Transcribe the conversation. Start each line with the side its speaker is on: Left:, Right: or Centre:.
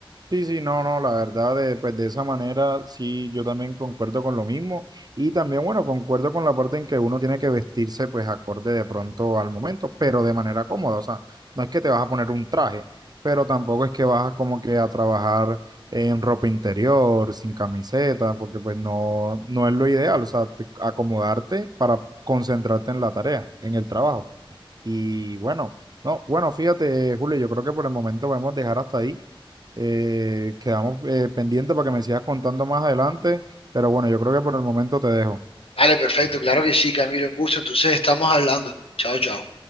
Right: Sí, sí, no, no, la verdad, de, pues de esa manera sí, yo también concuerdo con lo mismo y también, bueno, concuerdo con la parte en que uno tiene que vestirse pues acorde de pronto al momento, pero de manera cómoda, o sea, no es que te vas a poner un traje, pero tampoco es que vas como que a trabajar en ropa interior, sin camiseta, porque pues no, no es lo ideal, o sea, te- acomodarte para concentrarte en la tarea, en el trabajo. Y bueno, no, bueno, fíjate, eh, Julio, yo creo que por el momento podemos dejar hasta ahí eh, quedamos eh, pendientes para que me sigas contando más adelante, pero bueno, yo creo que por el momento te dejo.
Left: Vale, perfecto, claro que sí, Camilo, un gusto. Entonces, estamos hablando. Chao, chao.